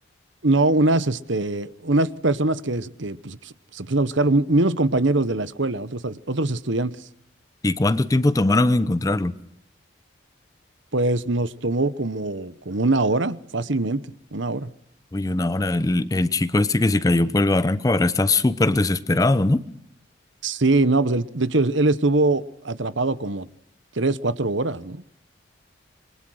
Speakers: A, on the right (about 70°); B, on the left (about 20°).
A: No, unas, este, unas personas que, que, pues, pues, se pusieron a buscar, un- unos compañeros de la escuela, otros, otros estudiantes.
B: ¿Y cuánto tiempo tomaron en encontrarlo?
A: Pues nos tomó como, como una hora, fácilmente, una hora.
B: Oye, una hora, el, el chico este que se cayó por el barranco ahora está súper desesperado, ¿no?
A: Sí, no, pues él- de hecho él estuvo atrapado como tres, cuatro horas, ¿no?